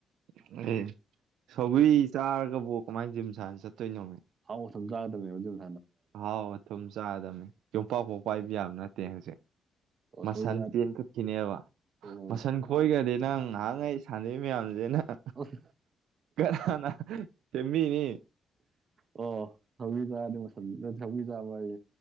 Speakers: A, on the right; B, on the right.
A: <unintelligible> ꯁꯧꯒꯔꯤ ꯆꯥꯔꯒꯕꯨ ꯑꯣ ꯀꯃꯥꯏꯅ ꯖꯤꯝ ꯁꯥꯥꯟ ꯆꯠꯇꯣꯏꯅꯣ
B: ꯍꯥꯎ ꯊꯨꯝ ꯆꯥꯒꯗꯃꯦ ꯑꯗꯨꯕꯨ
A: ꯍꯥꯎ ꯊꯨꯝꯆꯥ ꯑꯗꯃꯤ ꯌꯣꯝꯄꯥꯛꯐꯥꯎ ꯄꯥꯏꯕ ꯌꯥꯕ ꯅꯠꯇꯦ ꯍꯧꯖꯤꯛ
B: ꯑꯣ
A: ꯃꯁꯟ
B: ꯁꯧꯒ꯭ꯔꯤ ꯆꯥ
A: ꯄꯦꯟꯈꯛꯀꯤꯅꯦꯕ
B: ꯑꯣ
A: ꯃꯁꯟ ꯈꯣꯏꯈ꯭ꯔꯗꯤ ꯅꯪ ꯉꯍꯥꯟ ꯒꯩ ꯁꯥꯟꯅꯩ ꯃꯌꯥꯝꯖꯦ ꯅꯪ
B: ꯑꯁ
A: ꯀꯅꯥꯅ ꯆꯕꯤꯅꯤ
B: ꯑꯣ ꯍꯧꯕꯤ ꯆ ꯑꯗꯨ ꯁꯗ ꯊꯧꯤ ꯇꯥꯕ